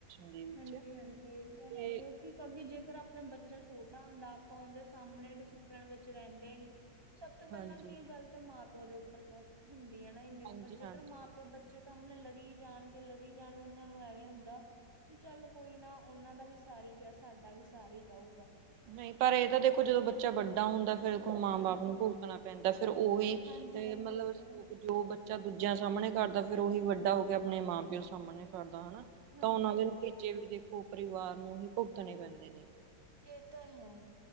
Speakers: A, on the right; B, on the right.
A: ਦੇ ਵਿੱਚ
B: ਹਾਂਜੀ ਹਾਂਜੀ ਇਹ ਤਾਂ
A: ਤੇ
B: ਹੈ ਜੀ ਕਿ ਜੇਕਰ ਆਪਣਾ ਬੱਚਾ ਛੋਟਾ ਹੁੰਦਾ ਆਪਾਂ ਉਹਦੇ ਸਾਹਮਣੇ ਡਿਸਿਪਲਨ ਵਿੱਚ ਰਹਿੰਦੇ ਨੀ ਸਭ ਤੋਂ ਪੈਲਾਂ
A: ਹਾਂਜੀ,
B: ਕੀ ਇਹ ਗੱਲ ਤਾਂ ਮਾਂ ਪਿਓ ਦੇ ਉੱਪਰ ਹੁੰਦੀ ਹੈ ਨਾ ਇੰਨੀ
A: ਹਾਂਜੀ,
B: ਪਰ ਜੇਕਰ
A: ਹਾਂਜੀ।
B: ਮਾਂ ਪਿਓ ਬੇ ਬੱਚੇ ਸਾਹਮਣੇ ਲੜੀ ਜਾਣਗੇ ਲੜੀ ਜਾਣਗੇ ਉਹਨਾਂ ਨੂੰ ਐਵੇਂ ਹੁੰਦਾ ਵੀ ਚੱਲ ਕੋਈ ਨਾ ਉਹਨਾਂ ਦਾ ਵੀ ਸਾਰ ਹੀ ਗਿਆ ਸਾਡਾ ਵੀ ਸਾਰ ਹੀ ਜਾਊਗਾ
A: ਨਹੀਂ ਪਰ ਇਹ ਤਾਂ ਦੇਖੋ ਜਦੋਂ ਬੱਚਾ ਵੱਡਾ ਹੁੰਦਾ ਫੇਰਖ ਮਾਂ
B: ਹਾਂਜੀ
A: ਬਾਪ ਨੂੰ
B: ਹਾਂਜੀ
A: ਭੁਗਤਣਾ ਏਦਾ ਫੇਿਰ ਉਹੀ
B: ਹਾਂਜੀ
A: ਤੇ
B: ਹਾਂਜੀ
A: ਮਤਲਬ
B: ਇਹ ਤਾਂ ਹੈ।
A: ਜੋ ਬੱਚਾ ਦੂਜਿਆਂ ਸਾਹਮਣੇ ਕਰਦਾ ਫੇਿਰ ਉਹੀ ਵੱਡਾ ਹੋ ਕੇ ਆਪਣੇ ਮਾਂ ਪਿਓ ਸਾਹਮਣੇ ਕਰਦਾ ਹਨਾ
B: ਹਾਂਜੀ
A: ਤਾਂ ਉਹਨਾਂ ਦੇ
B: ਹਾਂਜੀ
A: ਨਤੀਜੇ ਵੀ ਦੇਖੋ ਪਰਿਵਾਰ ਨੂੰ ਹੀ ਭੁਗਤਣੇ ਪੈਂਦੇ ਨੇ
B: ਇਹ ਤਾਂ ਹੈ